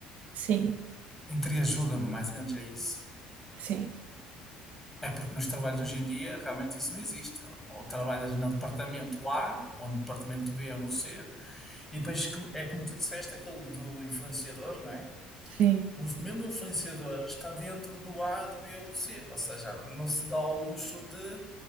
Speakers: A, on the right; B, in the centre.
A: Sim,
B: Entre ajuda-me, mais ou menos é isso.
A: sim.
B: É porque nos trabalhos hoje em dia realmente isso não existe. Ou trabalhas no departamento A, ou no departamento B, ou no C, e depois que- é como tu disseste, aquilo do influenciador, não é?
A: Sim.
B: o mesmo influenciador está dentro do A, do B ou do C. Ou seja, não se dá ao luxo de,